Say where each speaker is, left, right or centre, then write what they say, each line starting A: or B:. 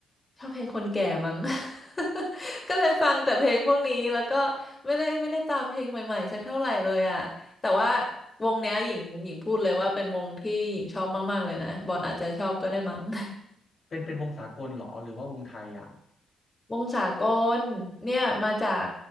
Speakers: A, on the left; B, on the left.
A: ชอบเพลงคนแก่มั้ง <laughs> ก็เลยฟังแต่เพลงพวกนี้แล้วก็ไม่ได้ไม่ได้ตามเพลงใหม่ๆสักเท่าไหร่เลยอ่ะแต่ว่าวงเนี้ยหญิงหญิงพูดเลยว่าเป็นวงที่หญิงชอบมากๆเลยนะบอลอาจจะชอบก็ได้มั้ง
B: เป็นเป็นวงสากลเหรอหรือว่าวงไทยอ่ะ
A: <laughs> วงสากลเนี่ยมาจาก